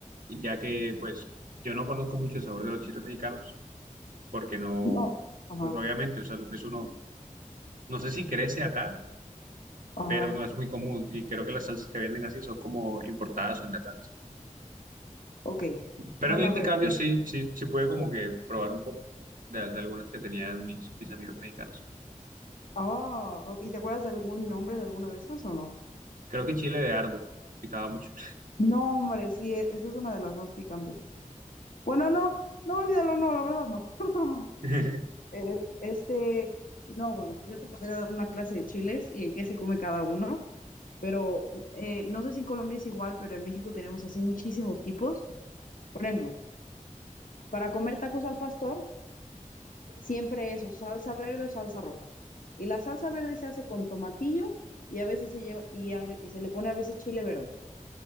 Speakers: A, on the right; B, on the left.
A: ya que, pues, yo no conozco mucho el sabor de los chiles mexicanos, porque no,
B: No. Ajá.
A: pues, obviamente, o sea, no- eso no, no sé si crece acá,
B: Ajá.
A: pero no es muy común, y creo que las salsas que venden así son como importadas o enlatadas.
B: Ok.
A: Pero
B: Bueno,
A: en el intercambio
B: a ver. <laughs>
A: sí, sí, sí pude como que probar un poco de, de algunas que tenían mis, mis amigos mexicanos.
B: Ah, o- ¿y te acuerdas de algún nombre de alguna de esas o no?
A: Creo que chile de árbol picaba mucho.
B: No, hombre, sí, e- esa es una de las más picantes. Bueno, no. No, olvídalo, no, la verdad no. <laughs>
A: <laughs>
B: Eh, este, no, bueno, pues yo te podría dar una clase de chiles y en qué se come cada uno, pero eh, no sé si en Colombia es igual, pero en México tenemos así muchísimos tipos. Por ejemplo, para comer tacos al pastor, siempre es o salsa verde o salsa roja. Y la salsa verde se hace con tomatillo y a veces se lleva y, al ve- y se le pone a veces chile verde.